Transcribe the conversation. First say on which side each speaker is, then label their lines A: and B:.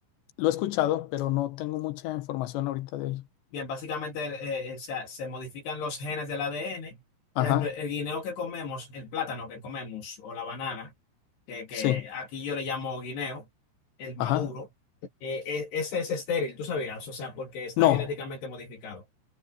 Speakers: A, on the left; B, on the left.
A: lo he escuchado, pero no tengo mucha información ahorita de ello.
B: Bien, básicamente eh, eh, se, se modifican los genes del ADN. Por
A: Ajá,
B: ejemplo, el guineo que comemos, el plátano que comemos o la banana, que, que
A: sí,
B: aquí yo le llamo guineo, el maduro,
A: ajá.
B: eh, eh, ese es estéril, tú sabías, o sea, porque está
A: No,
B: genéticamente modificado.